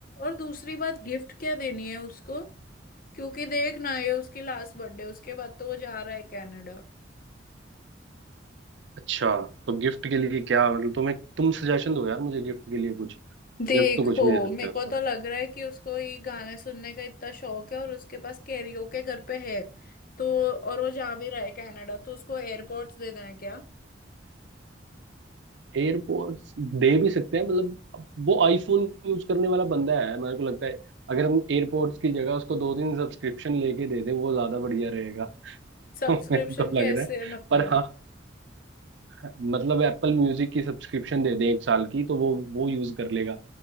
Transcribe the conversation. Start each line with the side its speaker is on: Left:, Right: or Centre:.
Left: और दूसरी बात गिफ्ट क्या देनी है उसको क्योंकि देख ना ये उसकी लास्ट बर्थडे उसके बाद तो वो जा रहा है कनाडा
Right: अच्छा तो गिफ्ट के लिए क्या मतलब तुम्हें तुम सजेशन दो यार मुझे गिफ्ट के लिए कुछ
Left: देखो
Right: गिफ्ट तो कुछ भी दे सकते
Left: मेरे
Right: हैं
Left: को तो लग रहा है कि उसको ये गाने सुनने का इतना शौक है और उसके पास कैरियोके घर पे है तो और वो जा भी रहा है कनाडा तो उसको एयरपोर्ट्स दे देना है क्या
Right: एयरपोर्ट्स दे भी सकते हैं मतलब अब वो आईफोन यूज करने वाला बंदा है मेरे को लगता है अगर हम एयरपोर्ट्स की जगह उसको दो तीन सब्सक्रिप्शन लेके दे दें वो ज्यादा बढ़िया रहेगा <laughs>
Left: सब्सक्रिप्शन
Right: मेरे को
Left: कैसे
Right: लग रहा है
Left: मतलब
Right: पर हाँ मतलब एप्पल म्यूजिक की सब्सक्रिप्शन दे दें एक साल की तो वो वो यूज कर लेगा